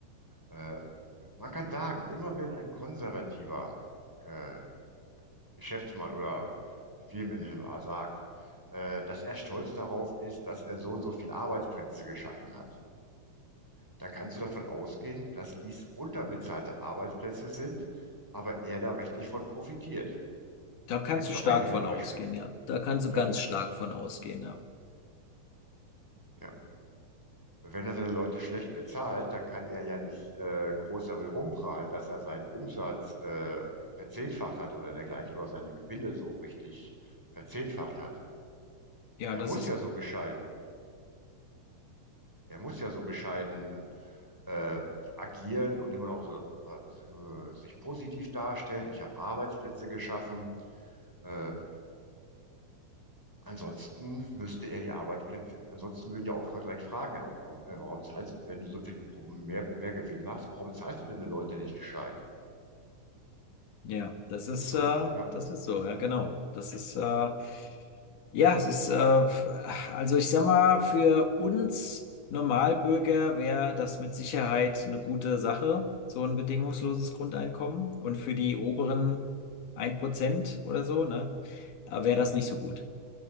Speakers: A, in the centre; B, on the left.
A: äh, man kann sagen, immer wenn ein konservativer äh, Geschäftsmann oder Firmeninhaber sagt, äh, dass er stolz darauf ist, dass er so und so viel Arbeitsplätze geschaffen hat, dann kannst du davon ausgehen, dass dies unterbezahlte Arbeitsplätze sind, aber er da richtig von profitiert.
B: Da kannst
A: Da gibt es
B: du
A: so
B: stark
A: einige
B: von
A: Beispiele.
B: ausgehen, ja. Da kannst du
A: Ja,
B: ganz stark von ausgehen, ja.
A: ja. Wenn er seine Leute schlecht bezahlt, dann kann er ja nicht äh, groß damit rumprahlen, dass er seinen Umsatz äh, verzehnfacht hat oder dergleichen oder seine Gewinne so richtig verzehnfacht hat.
B: Ja,
A: Er
B: das
A: muss
B: ist,
A: ja so bescheiden. Er muss ja so bescheiden äh, agieren und immer noch so, äh, sich positiv darstellen. Ich habe Arbeitsplätze geschaffen. Äh, Ansonsten müsste er die Arbeitsplätze, ansonsten würden ja auch direkt Fragen aufkommen. Äh, warum zahlst du, wenn du so viel Pro- mehr, mehr Gewinn machst, warum zahlst du deine Leute nicht gescheit?
B: ja, das ist,
A: Ist so,
B: äh,
A: ja.
B: das ist so, ja, genau. Das ist, äh, ja, es ist, äh, f- also ich sag mal, für uns Normalbürger wäre das mit Sicherheit eine gute Sache, so ein bedingungsloses Grundeinkommen. Und für die oberen ein Prozent oder so, ne, äh, wäre das nicht so gut.